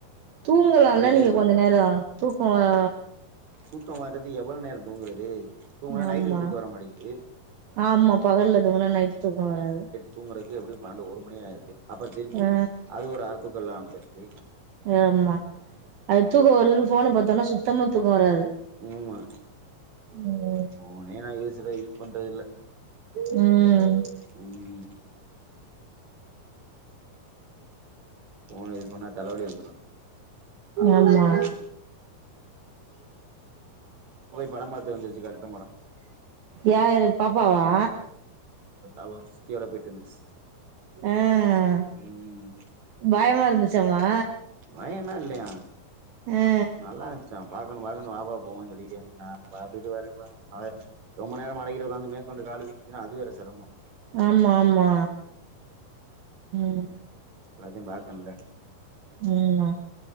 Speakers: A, on the right; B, on the right.
A: தூங்கலால்ல
B: ஓடிட்டே
A: நீங்க கொஞ்ச நேரோ தூக்கோ அ
B: தூக்கோ வரேது எவள் நேரோ தூங்கறது தூங்குனா நைட்டுக்கு
A: ஆமா
B: தூக்க வர மாட்டிக்கிது.
A: ஆமா பகல்ல தூங்குனா நைட்டு தூக்கோ வராது.
B: தூங்குறக்கு எப்பிடியு பன்னென்டு ஒரு மணி ஆயிருது அப்புற திருப்பி
A: ஆ
B: அது ஒரு அரத்தூக்க இல்லாம போயிர்து.
A: ஆம்மா அது தூக்கோ வருதுனு ஃபோன பாத்தன்னா சுத்தமா தூக்கோ வராது.
B: ம்மா
A: ம்
B: ஃபோனே நா யூசர யூஸ் பண்றதில்ல.
A: ம்.
B: ம். ஃபோன யூஸ் பண்ணா தலவலி வந்துரு அதோட
A: ஆமா
B: அப்பற <inaudible> படம் பாத்து வந்துருச்சு கருப்பன் படம்
A: யாரு பாப்பாவா?
B: அவவ் சித்தியோட போய்ட்டு வந்ச்சு
A: ஆ
B: ம்.
A: பயமா இருந்துச்சாமா?
B: பயல்லா இல்லையா
A: ஆ
B: நல்லா ச்சா பாக்கணு பாக்கணு வாப்பா போவோன் சொல்லிகிட்டே இந்துச்சு நா பாத்துகிட்டு வரேம்பா இதுகுமேல ரொம்ப நேரோ மடக்கிட்டு ஒக்காந்து மேக்கொண்டு காலு வீங்குச்சுனா அதுவேற சிரமோ.
A: ஆமா ஆமா ம்.
B: எல்லாத்தியு பாக்குண்ல.
A: ம்மா.